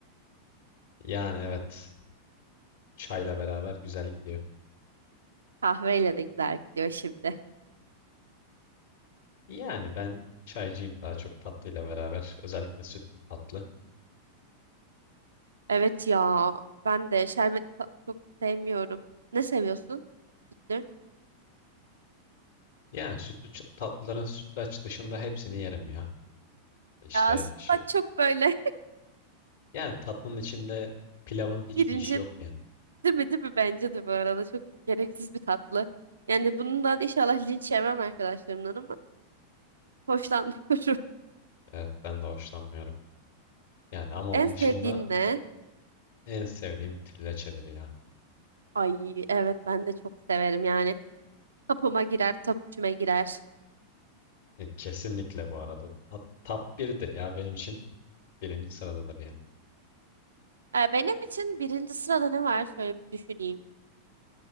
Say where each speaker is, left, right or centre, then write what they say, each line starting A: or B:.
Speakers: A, on the left; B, on the right.
A: Yani evet çayla beraber güzel gidiyor.
B: <laughs> Kahveyle de güzel gidiyor şimdi.
A: Yani ben çaycıyım daha çok tatlıyla beraber. Özellikle sütlü tatlı.
B: Evet ya, ben de şerbetli tatlı çok sevmiyorum. Ne seviyorsun? Sütlü.
A: Yani sütlü ç- tatlıların sütlaç dışında hepsini yerim ya. İşte
B: Ya sütlaç
A: şu,
B: çok böyle
A: yani tatlının içinde pilavın
B: <laughs>
A: hiçbir
B: pirincin
A: işi yok yani.
B: değil mi değil mi bence de bu arada çok gereksiz bir tatlı. Yani bundan inşallah linç yemem arkadaşlarımdan ama hoşlanmıyorum. <laughs>
A: Evet ben de hoşlanmıyorum. Yani ama
B: En
A: onun
B: sevdiğin
A: dışında
B: ne?
A: en sevdiğim trileçedir ya.
B: Ay evet ben de çok severim yani. Tapıma girer, top üçüme girer.
A: E, Kesinlikle bu arada. Hat- Top 1'dir ya benim için. Birinci sırada da beğen.
B: Ee, benim için birinci sırada ne var? Şöyle bir düşüneyim.